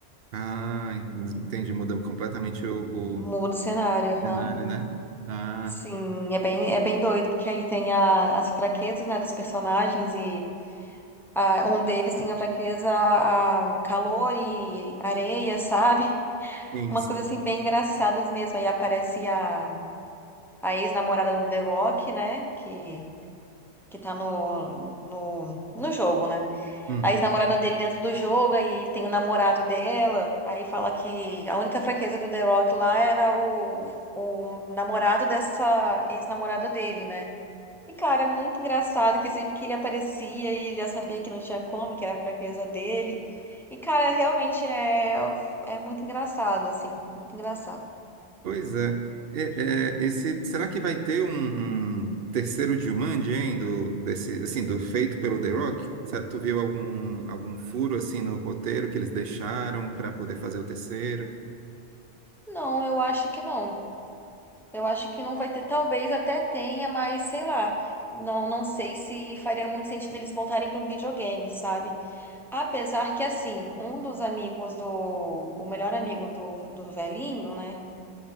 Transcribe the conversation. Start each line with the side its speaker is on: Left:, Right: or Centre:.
Right: Ah, entendi, muda completamente o,
Centre: Muda
Right: o
Centre: o cenário, aham.
Right: cenário, né? Ah,
Centre: Sim, é bem, é bem doido, porque aí tem a- as fraquezas, né, dos personagens e ah, um deles tem a fraqueza a calor e areia, sabe? <laughs>
Right: sim,
Centre: Umas
Right: sim.
Centre: coisas assim bem engraçadas mesmo. Aí aparece a, a ex-namorada do The Rock, né, que, que tá no, no, no jogo, né?
Right: Uhum.
Centre: A ex-namorada dele dentro do jogo, aí ele tem o namorado dela, aí fala que a única fraqueza do The Rock lá era o, o namorado dessa ex-namorada dele, né? E, cara, é muito engraçado que sempre que ele aparecia, ele já sabia que não tinha como, que era a fraqueza dele. E, cara, realmente é, é muito engraçado, assim. Muito engraçado.
Right: Pois é. É, é, esse, será que vai ter um, um terceiro Jumanji, hein, do, desse, assim, do feito pelo The Rock? Será- Tu viu algum, algum furo assim no roteiro que eles deixaram para poder fazer o terceiro?
Centre: Não, eu acho que não. Eu acho que não vai ter. Talvez até tenha, mas sei lá. Não, não sei se faria muito sentido eles voltarem pro videogame, sabe? Apesar que, assim, um dos amigos do. O melhor amigo do, do velhinho, né?